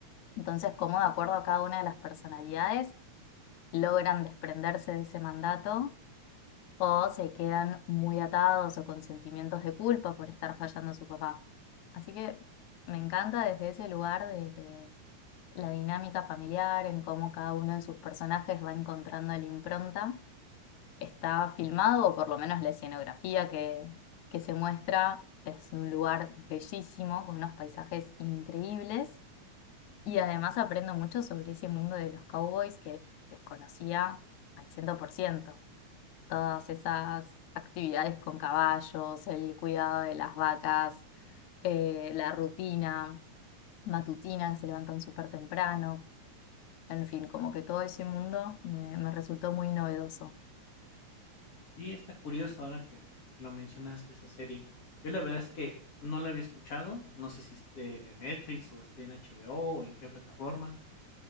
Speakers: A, on the left (about 75°); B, on the left (about 50°).
A: Entonces, cómo de acuerdo a cada una de las personalidades logran desprenderse de ese mandato o se quedan muy atados o con sentimientos de culpa por estar fallando a su papá. Así que me encanta desde ese lugar, desde la dinámica familiar, en cómo cada uno de sus personajes va encontrando la impronta está filmado, o por lo menos la escenografía que, que se muestra, es un lugar bellísimo, con unos paisajes increíbles. Y además aprendo mucho sobre ese mundo de los cowboys que desconocía al cien por ciento Todas esas actividades con caballos, el cuidado de las vacas, eh, la rutina matutina, que se levantan súper temprano. En fin, como que todo ese mundo me me resultó muy novedoso.
B: Sí, está curioso ahora que, que lo mencionas de esa serie. Yo la verdad es que no la había escuchado. No sé si esté en Netflix o esté en HBO o o en qué plataforma.